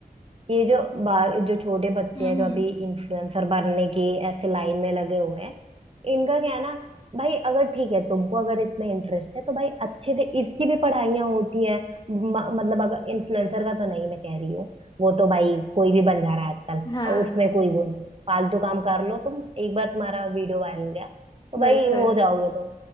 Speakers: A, on the right (about 40°); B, on the left (about 30°).
A: ये जो बा- जो छोटे बच्चे
B: हम्म
A: हैं जो
B: हम्म
A: अभी इन्फ्लुएंसर बनने की ऐसे लाइन में लगे हुए हैं इनका क्या है ना भाई अगर ठीक है तुमको अगर इसमें इंटरेस्ट है तो भाई अच्छे से इसकी भी पढ़ाइयाँ होती हैं म- मतलब अगर इन्फ्लुएंसर का तो नहीं मैं कह रही हूँ वो तो भाई कोई भी बन जा रहा है आजकल
B: हाँ
A: और उसमें कोई वो नहीं है फालतू काम कर लो तुम एक बार तुम्हारा वीडियो वायरल गया तो
B: बिल्कुल
A: भाई हो जाओगे तुम